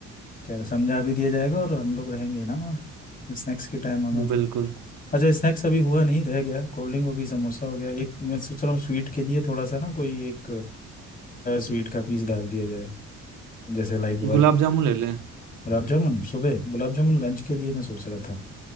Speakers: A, on the left; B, on the right.
A: कह रहे समझा भी दिया जाएगा और हम लोग रहेंगे ही ना वहाँ स्नैक्स के टाइम हमें तो
B: बिल्कुल
A: अच्छा स्नैक्स अभी हुआ नहीं रह गया कोल्ड ड्रिंक हो गई समोसा हो गया एक मैं सोच रहा हूँ स्वीट के लिए थोड़ा सा ना कोई एक स्वीट का पीस डाल दिया जाए जैसे लाइक वर्क
B: गुलाब जामुन ले लें
A: गुलाब जामुन सुबह गुलाब जामुन लंच के लिए मैं सोच रहा था